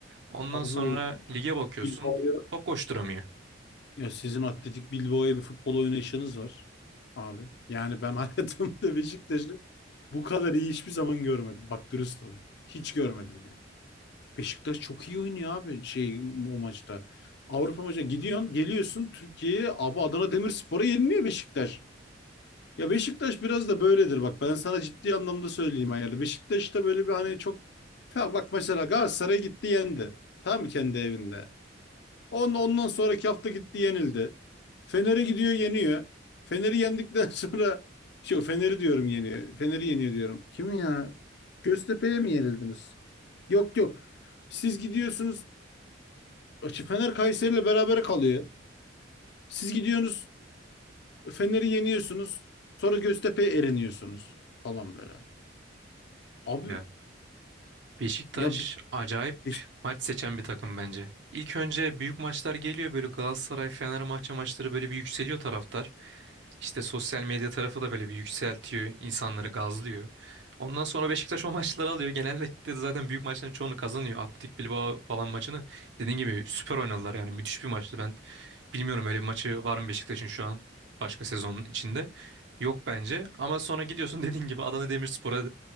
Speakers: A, on the right; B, on the left.
A: Ondan
B: Abi
A: sonra
B: o
A: lige bakıyorsun.
B: Bilbao'ya
A: Top koşturamıyor.
B: ya sizin atletik Bilbao'ya bir futbol oynayışınız var abi. Yani ben <laughs> hayatımda Beşiktaş'ı bu kadar iyi hiçbir zaman görmedim. Bak dürüst olayım. Hiç görmedim yani. Beşiktaş çok iyi oynuyor abi şey o maçta. Avrupa maçına gidiyorsun, geliyorsun Türkiye'ye abi Adana Demirspor'a yeniliyor Beşiktaş. Ya Beşiktaş biraz da böyledir bak ben sana ciddi anlamda söyleyeyim ayarlı. Beşiktaş'ta böyle bir hani çok ya bak mesela Galatasaray gitti yendi. Tamam mı kendi evinde. On, ondan sonraki hafta gitti yenildi. Fener'e gidiyor yeniyor. Fener'i yendikten <laughs> sonra şey Fener'i diyorum yeniyor. Fener'i yeniyor diyorum. Kim ya? Göztepe'ye mi yenildiniz? Yok yok. Siz gidiyorsunuz. Fener Kayseri'yle berabere kalıyor. Siz gidiyorsunuz. Fener'i yeniyorsunuz. Sonra Göztepe'ye eriniyorsunuz falan böyle. Abi
A: Ya. Beşiktaş
B: ya bir
A: acayip
B: Beşik-
A: maç seçen bir takım bence. İlk önce büyük maçlar geliyor böyle Galatasaray Fenerbahçe maçları böyle bir yükseliyor taraftar. İşte sosyal medya tarafı da böyle bir yükseltiyor, insanları gazlıyor. Ondan sonra Beşiktaş <laughs> o maçları alıyor. Genellikle de zaten büyük maçların çoğunu kazanıyor. Atletik Bilbao falan maçını dediğin gibi süper oynadılar yani müthiş bir maçtı ben. Bilmiyorum öyle bir maçı var mı Beşiktaş'ın şu an başka sezonun içinde. Yok bence ama sonra gidiyorsun <laughs> dediğin gibi Adana Demirspor'a